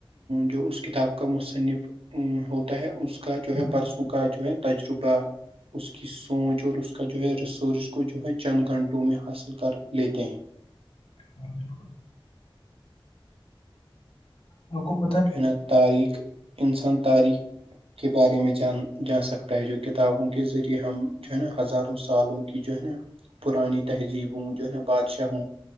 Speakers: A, on the right; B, on the left.
A: جو اس کتاب کا مصنف ہوتا ہے اس کا جو ہے
B: ہاں،
A: برسوں کا جو ہے تجربہ اس کی سوچ اور اس کا جو ہے ریسرچ کو جو ہے چند گھنٹوں میں حاصل کر لیتے ہیں
B: ہاں بالکل اور کب
A: ہے نا تاریخ انسان تاریخ کے بارے میں جان جا سکتا ہے جو کتابوں کے ذریعے ہم جو ہے نا ہزاروں تالوں کی جو ہے نا پرانی تہذیب ہوں جو ہے نا بادشاہ ہوں